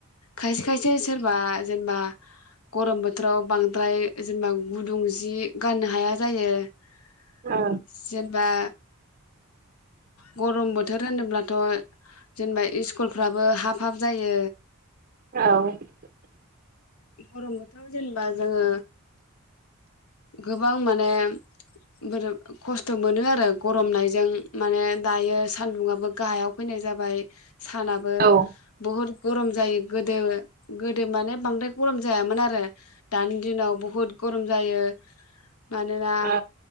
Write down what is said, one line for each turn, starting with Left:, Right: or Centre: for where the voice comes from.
Left: खायसे खायसे सोरबा जेनेबा गरम बोथोराव बांद्राय जेनेबा गुदुं जि गाननो हाया जायो। <inaudible>
Right: औ
Left: जेनेबा गरम बोथोर होनोब्लाथ' जेनेबा इसकुलफ्राबो हाब हाब जायो
Right: औ
Left: गरम बोथोराव जेनेबा जोङो गोबां माने बोरो खस्थ' मोनो आरो गरमनायजों माने दायो सान्दुंङाबो गाहायाव फैनाय जाबाय सानाबो
Right: ओ
Left: बहुत गरम जायो गोदो गोदो माने बांद्राय गरम जायामोन आरो दानि दिनाव बहुद गरम जायो। मानोना
Right: औ